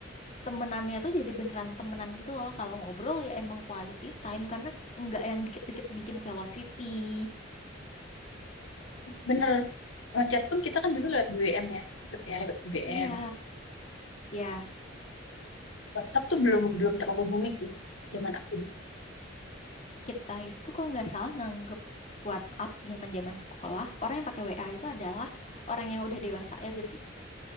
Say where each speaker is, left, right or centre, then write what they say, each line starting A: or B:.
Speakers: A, on the left (about 35°); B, on the left (about 85°).
A: temenannya tuh jadi beneran temenan gitu loh. Kalau ngobrol ya emang quality time karena nggak yang dikit-dikit bikin velocity.
B: bener ngechat pun kita kan dulu lewat BBM ya sempet ya lewat BBM
A: Iya, ya
B: WhatsApp tuh belum belum terlalu booming sih zaman aku dulu.
A: kita itu kok nggak salah nganggep WhatsApp zaman-zaman sekolah orang yang pakai WA itu adalah orang yang udah dewasa ya gak sih?